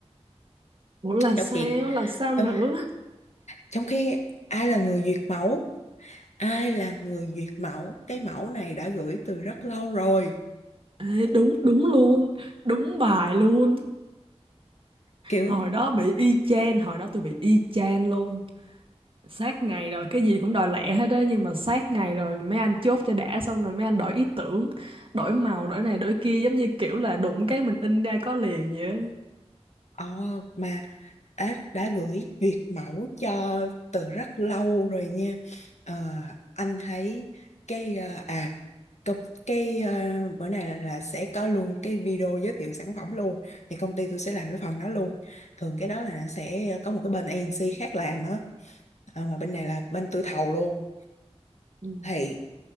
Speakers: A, on the right (about 50°); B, on the left (about 85°).
A: Ủa là
B: trong
A: sao,
B: khi
A: là sao nữa?
B: trong, trong khi ai là người duyệt mẫu ai là người duyệt mẫu cái mẫu này đã gửi từ rất lâu rồi
A: Ê, đúng, đúng luôn, đúng bài luôn.
B: kiểu
A: Hồi đó bị y chang, hồi đó tôi bị y chang luôn. Sát ngày rồi, cái gì cũng đòi lẹ hết á, nhưng mà sát ngày rồi mấy anh chốt cho đã xong rồi mấy anh đổi ý tưởng, đổi màu, đổi này, đổi kia, giống như kiểu là đụng cái mình in ra có liền vậy á.
B: ờ mà đã, đã gửi duyệt mẫu cho từ rất lâu rồi nha Ờ, anh thấy cái ờ, à Cục cái ờ, bữa này là, là sẽ có luôn cái video giới thiệu sản phẩm luôn thì công ty tôi sẽ làm cái phần đó luôn thường cái đó là sẽ có một cái bên agency khác làm á Ờ, mà bên này là bên tôi thầu luôn
A: Ừ.
B: thì